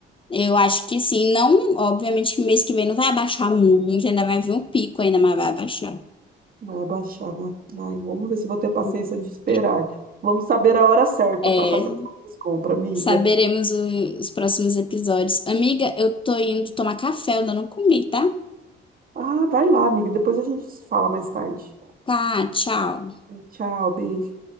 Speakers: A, on the left (about 25°); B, on the right (about 45°).
A: Eu acho que sim, não, obviamente que mês que vem não vai abaixar muito, ainda vai vir um pico ainda, mas vai abaixar.
B: Vai abaixar, né? Ai, vamos ver se eu vou ter paciência
A: <laughs>
B: de esperar. Vamos saber a hora certa
A: É,
B: para fazer as compras, amiga.
A: Saberemos o- os próximos episódios. Amiga, eu tô indo tomar café, eu ainda não comi, tá?
B: Ah, vai lá, amiga. Depois a gente se fala mais tarde.
A: Tá, tchau.
B: Tchau, beijo.